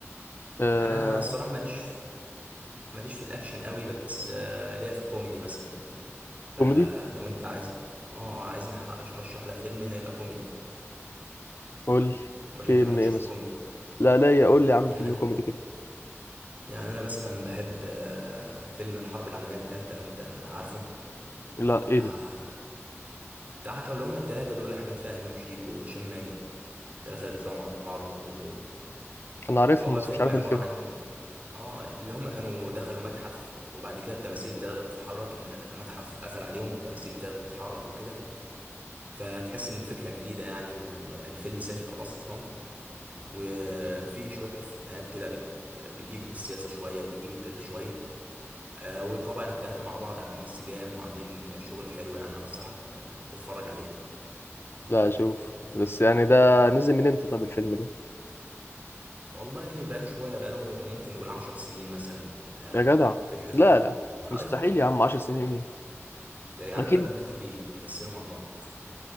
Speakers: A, on the left; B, on the right.
A: آه...
B: انا الصراحة ماليش ماليش في الاكشن قوي بس آه ليا في الكوميدي مثلا فلو
A: كوميدي
B: انت عايز اه عايزني أح- ارشح لك فيلم هيبقى كوميدي
A: قول لي
B: ولا
A: فيلم
B: انت مالكش
A: ايه مثلا
B: في الكوميدي
A: لا لا يا قول لي يا عم
B: يعني
A: فيلم كوميدي كده
B: يعني انا مثلا بحب آه، فيلم الحرب العالميه الثالثه لو انت عارفه
A: لا ايه
B: بتاع
A: ده
B: بتاع اللي هم الثلاثه دول احمد فهمي وشيكو وهشام ماجد الثلاثه اللي بيطلعوا مع بعض على طول دول
A: انا عارفهم
B: هو
A: بس
B: فيلم
A: مش عارف
B: عباره
A: الفيلم
B: عن اه اللي هم كانوا دخلوا متحف وبعد كده التماثيل ابتدت تتحرك المت- المتحف قفل عليهم والتماثيل ابتدت تتحرك وكده فتحس ان الفكره جديده يعني والفيلم ساخر اصلا وفي شويه افيهات كده بت... بتجيب السياسه شويه وبتجيب التاريخ شويه آه، وطبعا التلاته مع بعض عاملين انسجام وعاملين شغل حلو يعني انصحك آه، تتفرج عليه
A: لا اشوف بس يعني ده نزل من امتى طب الفيلم ده
B: والله بقاله شويه بقاله ممكن نقول عشر سنين مثلا بتاع
A: يا جدع
B: في الحدود
A: لا
B: دي
A: لا مستحيل
B: ايوه
A: يا عم 10 سنين ايه
B: ده يا عم
A: اكيد
B: بقالهم كتير بيمثلوا مع بعض